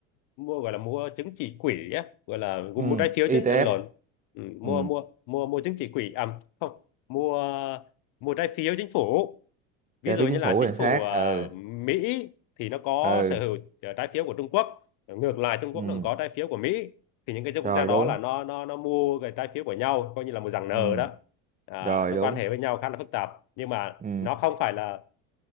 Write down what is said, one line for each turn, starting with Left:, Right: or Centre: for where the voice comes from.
Left: mua gọi là mua chứng chỉ quỹ á gọi là mua
Right: ừ.
Left: trái phiếu
Right: ETF
Left: chứ em lộn ừ, mua
Right: ừ
Left: mua mua mua chứng chỉ quỹ à không mua mua trái phiếu chính phủ ví
Right: trái
Left: dụ
Right: phiếu
Left: như
Right: chính
Left: là
Right: phủ
Left: chính
Right: là
Left: phủ
Right: khác
Left: à,
Right: ừ
Left: Mỹ thì nó có
Right: ừ
Left: sở hữu à, trái phiếu của Trung Quốc ngược lại Trung
Right: ừ
Left: Quốc nó cũng có trái phiếu của Mỹ thì những cái quốc
Right: rồi
Left: gia đó
Right: đúng
Left: là nó nó nó mua cái trái phiếu của nhau coi như là một dạng nợ
Right: ừ
Left: đó à,
Right: rồi
Left: nó
Right: đúng
Left: quan hệ với nhau khá là phức tạp nhưng mà
Right: ừ
Left: nó không phải là